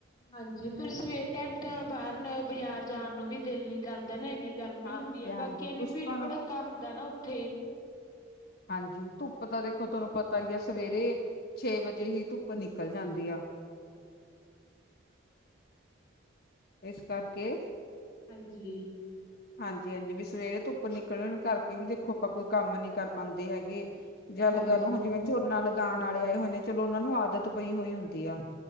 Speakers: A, on the left (about 20°); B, on the left (about 55°).
A: ਹਾਂਜੀ, ਸਵੇਰ ਟਾਈਮ ਤਾਂ ਬਾਹਰ, ਬਜ਼ਾਰ ਜਾਣ ਨੂੰ ਦਿਲ ਨ ਕਰਦੇ ਨਾ ਇੰਨੀ ਗਰਮੀ
B: ਹਾਂਜੀ
A: ਹੁੰਦੀ ਆ
B: ਹਾਂਜੀ
A: ਬਾਕੀ ਕੇ ਇੰਨੀ
B: ਕੁਛ
A: ਭੀੜ
B: ਤੁਹਾਨੂੰ
A: ਭੜਾਕਾ ਹੁੰਦਾ ਨਾ ਉੱਥੇ।
B: ਹਾਂਜੀ, ਧੁੱਪ ਤਾਂ ਦੇਖੋ ਤੁਹਾਨੂੰ ਪਤਾ ਹੀ ਆ ਸਵੇਰੇ ਛੇ ਵਜੇ ਹੀ ਧੁੱਪ ਨਿਕਲ ਜਾਂਦੀ ਆ।
A: ' <inaudible>
B: ਇਸ ਕਰਕੇ
A: ਹਾਂਜੀ।
B: ਹਾਂਜੀ-ਹਾਂਜੀ ਵੀ ਸਵੇਰੇ ਤੋਂ ਉੱਪਰ ਨਿਕਲਣ ਕਰਕੇ ਵੀ ਦੇਖੋ ਆਪਾਂ ਕੋਈ ਕੰਮ ਨੀ ਕਰ ਪਾਂਦੇ ਹੈਗੇ। ਜਾ ਲਗਾ
A: ਹਾਂਜੀ
B: ਲਓ, ਹੁਣ ਜਿਵੇਂ ਝੋਨਾ ਲਗਾਣ ਆਲੇ ਆਏ ਹੋਏ ਨੇ ਚਲੋ ਉਹਨਾਂ ਨੂੰ ਆਦਤ ਪਈ ਹੋਈ ਹੁੰਦੀ ਆ।